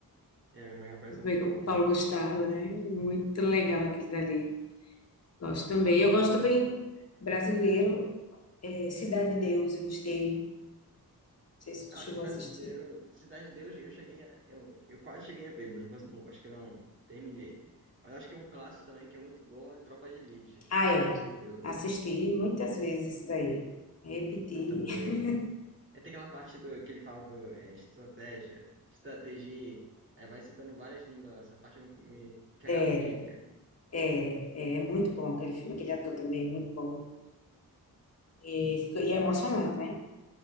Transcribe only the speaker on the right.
É, amanhã parece
muito
bom.
Ah,
acho que brasileiro,
Cidade de Deus, eu cheguei a, eu, eu quase cheguei a ver, mas não, cons- não- acho que não terminei. Mas acho que é um clássico também que é muito bom é Tropa de Elite. Não
sei
se você viu.
Eu também.
Aí tem aquela parte do, que ele fala do é, estratégia, estratégia, aí vai citando várias línguas, lá. essa parte me, me cagava
de rir, cara.